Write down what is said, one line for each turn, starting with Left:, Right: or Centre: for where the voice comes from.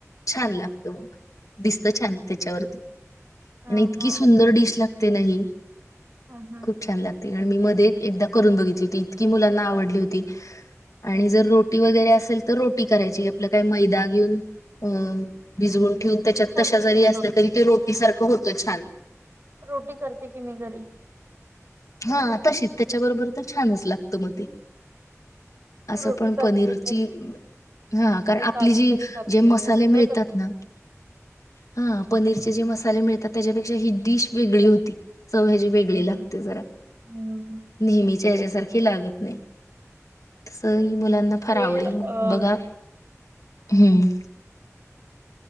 Left: छान लागत मग. दिसत छान त्याच्यावरती.
Right: हां,
Left: आणि इतकी
Right: हां,
Left: सुंदर डिश लागते ना ही.
Right: हां हां
Left: खूप छान लागते आणि मी मध्ये एकदा करून बघितली होती इतकी मुलांना आवडली होती. आणि जर रोटी वगैरे असेल तर रोटी करायची आपलं काही मैदा घेऊन अं भिजवून ठेवून त्याच्यात
Right: करते
Left: तशा जरी
Right: की मी
Left: असल्या
Right: रोटी.
Left: तरी ते रोटी सारखं होतं छान..
Right: रोटी करते कि मी घरी
Left: हा तशीच त्याच्याबरोबर तर छानच लागत मग ते. असं
Right: रोटी
Left: पण
Right: करते,
Left: पनीरची हा कारण
Right: मी
Left: आपली
Right: काजू
Left: जी
Right: करी करते,
Left: जे मसाले
Right: हे सगळं
Left: मिळतात
Right: करते
Left: ना
Right: मी.
Left: हा पनीरचे जे मसाले मिळतात त्याच्यापेक्षा ही डिश वेगळी होती चव वेगळे
Right: हं,
Left: लागते
Right: हं.
Left: जरा
Right: हं, हं.
Left: नेहमीच्या ह्याच्यासारखे लागत नाही. तसं
Right: हं,
Left: ही
Right: हं.
Left: मुलांना फार
Right: ते
Left: आवडेल
Right: अ,
Left: मग बघा हम्म